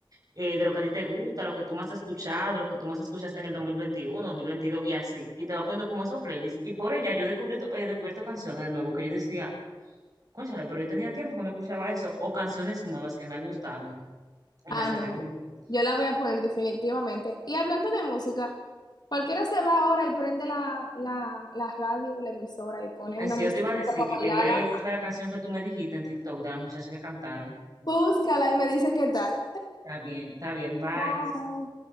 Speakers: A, on the right; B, on the left.
A: eh, de lo que a ti te gusta, lo que tú más has escuchado, lo que tú más escuchaste en el dos dos mil veintiuno, dos mil veintidós y así. Y te va poniendo como esos playlists. Y por ella yo he descubierto, he descubierto canciones de nuevo que yo decía, cónchale, pero yo tenía tiempo que no escuchaba eso, o canciones nuevas que me han gustado. Y
B: Ah,
A: las agrego
B: no,
A: a mi
B: yo,
A: playlist.
B: yo la voy a poner definitivamente. Y hablando de música, cualquiera se va ahora y prende la, la, la radio, la emisora y pone
A: Ay,
B: una
A: sí,
B: musiquita
A: yo te iba a decir
B: para
A: que quería
B: bailarla.
A: ir a escuchar la canción que tú me dijiste en TikTok de la muchacha que cantaron.
B: Búscala y me dice qué tal.
A: Está bien, está bien, bye.
B: Bye.